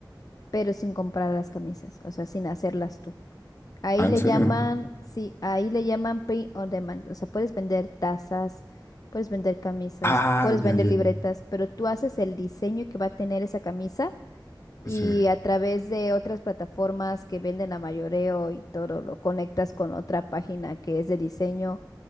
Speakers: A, on the left; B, on the left.
A: pero sin comprar las camisas, o sea, sin hacerlas tú. Ahí
B: Ah, ¿en
A: le
B: serio?
A: llaman, sí, ahí le llaman pay on demand. O sea, puedes vender tazas, puedes vender camisas,
B: Ah,
A: puedes vender
B: ya, ya.
A: libretas, pero tú haces el diseño que va a tener esa camisa y
B: Sí,
A: a través de otras plataformas que venden a mayoreo y todo, lo conectas con otra página que es de diseño